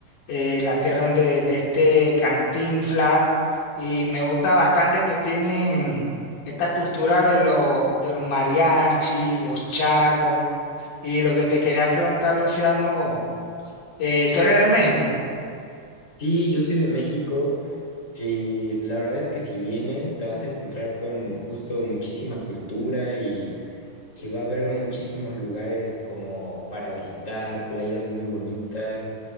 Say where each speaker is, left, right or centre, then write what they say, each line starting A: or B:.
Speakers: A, on the left (about 70°); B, on the left (about 25°).
A: eh, la tierra donde, de este Cantinflas, y me gusta bastante que tienen esta cultura de, lo- de los mariachi, los charros, y lo que te quería preguntar, Luciano, eh, ¿tú eres de México?
B: Sí, yo soy de México y la verdad es que si vienes te vas a encontrar con justo muchísima cultura y, y va a haber muchísimos lugares como para visitar, playas muy bonitas.